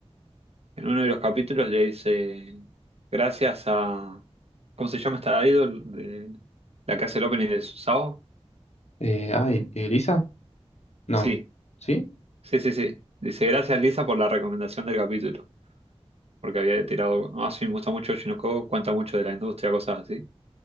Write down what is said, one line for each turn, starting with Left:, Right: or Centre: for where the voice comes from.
Right: en uno de los capítulos le dice gracias a ¿cómo se llama esta idol de la que hace el opening de Sao?
Left: Eh, ay, ¿Elisa? No.
Right: Sí,
Left: ¿Sí?
Right: sí, sí, sí. Dice gracias Lisa por la recomendación del capítulo, porque había tirado, ah, sí, me gusta mucho Oshinoko, cuenta mucho de la industria, cosas así.